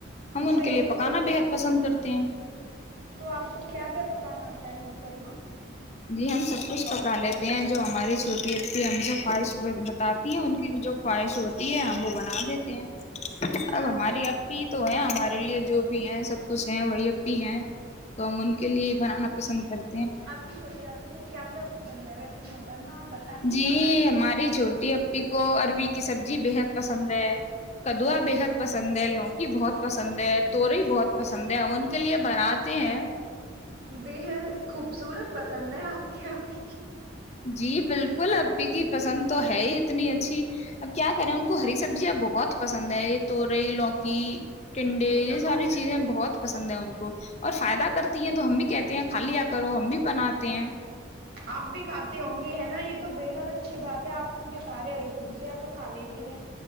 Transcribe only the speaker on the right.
اچھا
یہ
تو
بہت
اچھا،
تو آپ کو کیا کیا پکانا آتا ہے موترما
جی
آپ
کو کیا
کیا
آپ کی چھوٹی آپ کو کیا پسند ہے ویسے محترما آپ بتائیں گی
ہمیں
بحر خوبصورت پسند ہے آپ کے یہ کی
تو
بہت
آپ بھی کھاتی ہوں گی ہے نا یہ تو بےحد اچھی بات ہے آپ ان کے سارے ہری سبزیاں تو کھا لیتی ہیں